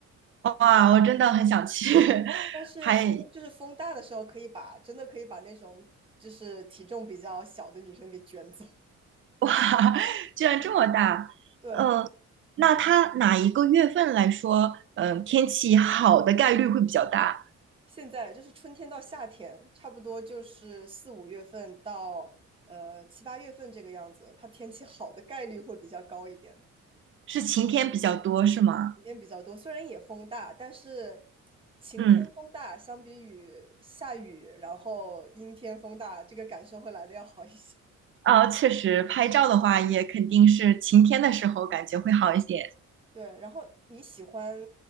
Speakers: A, on the right (about 40°); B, on the right (about 15°).
A: 哇，我真的很想去，<laughs>
B: 但是风就是风大的时候，
A: 还，
B: 可以把真的可以把那种就是体重比较小的女生给卷走。
A: 哇，居然这么大，
B: 对，
A: 呃，那它哪一个月份来说，嗯、天气好的概率会比较大？
B: 现在就是春天到夏天，差不多就是四五月份到呃七八月份这个样子，它天气好的概率会比较高一点。
A: 是晴天比较多，是吗？
B: 雨天比较多，虽然也风大，但是晴天风大相比于下雨，
A: 嗯。
B: 然后阴天风大，这个感受会来的要好一些。
A: 哦，确实，拍照的话也肯定是晴天的时候感觉会好一些。
B: <laughs> 对，然后你喜欢，